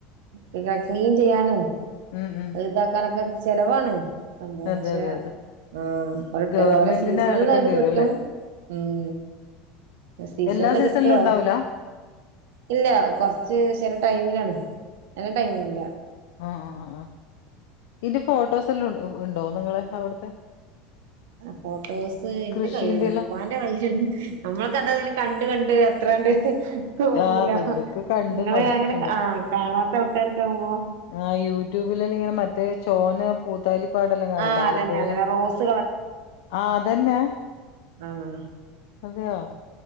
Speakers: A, on the right; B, on the left.
A: പിന്നെ ക്ലീൻ ചെയ്യാനും
B: ഉം ഉം
A: ന്തക്കാനോക്കേ ചെലവാണ് സന്തോഷം
B: അതെ, അതെ, അതെ.
A: ആഹ് ഒറ്റകാല
B: ഗവൺമെന്റിന്
A: സീസണാലിലായൊണ്ട്
B: അടക്കേണ്ടി വരും
A: കിട്ടും
B: അല്ലേ?
A: ഉം സീസണിൽ
B: എല്ലാ സീസണിലും
A: കിട്ടോ
B: ഉണ്ടാവൂല?
A: ഇല്ല കൊറച്ച് ചില ടൈമിലാണ് ചില ടൈമിലില്ല
B: ആഹ് ആഹ് ആഹ് ആഹ് ഇന്റെ ഫോട്ടോസ് എല്ലാം ഉണ്ടോ നിങ്ങളെ അവിടുത്തെ
A: ഫോട്ടോസ്
B: കൃഷീന്റെ
A: ന്റെ കൈയ്യ്ല്ല
B: എല്ലാം?
A: പ്പാൻ <unintelligible> നമ്മളൊക്കെ അതങ്ങനെ കണ്ട് കണ്ട് അത്രാണ്ട് തോന്നൂല
B: ആ അത് നിങ്ങക്ക്
A: ഹ
B: കണ്ട്
A: ഇങ്ങള്
B: മടുത്തിട്ടുണ്ടാവും.
A: അങ്ങനെ ആഹ് കാണാത്ത ആൾക്കാരക്കെ ആവുമ്പോ
B: ആഹ് യൂട്യൂബിൽ ല്ലം ഇങ്ങനെ മറ്റേ ചോന്ന പൂത്താലിപ്പാടെല്ലാം കാണല്ലാ
A: ആ അതന്നെ
B: ആലപ്പുഴെല്ലാം
A: അതന്നെ റോസ്
B: ആഹ് അതന്നെ
A: ആഹ്
B: അതെയോ?